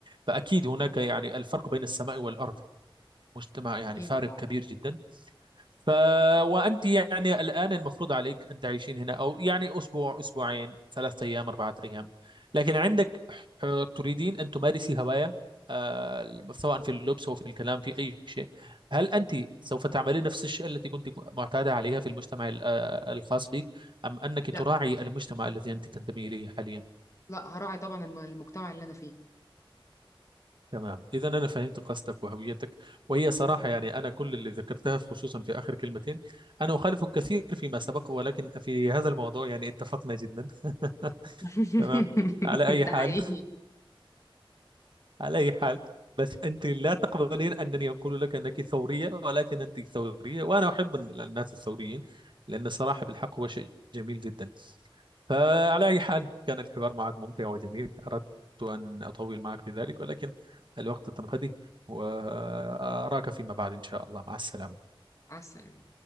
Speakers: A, on the right; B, on the left.
A: فأكيد هناك يعني الفرق بين السماء والأرض مجتمع يعني
B: أكيد
A: فارق
B: طبعا
A: كبير جدا ف وأنت يعني الآن المفروض عليك أن تعيشين هنا أو يعني أسبوع أسبوعين ثلاثة أيام أربعة أيام لكن عندك ح- تريدين أن تمارسي هواية آه، سواء في اللبس أو في الكلام في أي شيء هل أنت سوف تعملين نفس الشيء التي كنت معتادة عليها في المجتمع ال- آه، الخاص بك أم أنك
B: لا
A: تراعي المجتمع الذي أنت تنتمي إليه حاليا؟
B: لا هراعي طبعا الم- المجتمع اللي أنا فيه
A: تمام إذا أنا فهمت قصدك وهويتك وهي صراحة
B: مم.
A: يعني أنا كل اللي ذكرتها في- خصوصا في آخر كلمتين أنا أخالفك كثير فيما سبق ولكن في هذا الموضوع يعني اتفقنا جدا
B: <laughs>
A: <laughs> تمام على أي
B: ده
A: حال
B: حقيقي
A: على أي حال بس أنت لا تقبلين أنني أقول لك أنك ثورية ولكن أنت ثورية وأنا أحب الناس الثوريين لأن صراحة بالحق هو شيء جميل جدا فعلى أي حال كان الحوار معك ممتع وجميل أردت أن أطول معك في ذلك ولكن الوقت تنقضي وأراك فيما بعد إن شاء الله مع السلامة
B: مع السلامة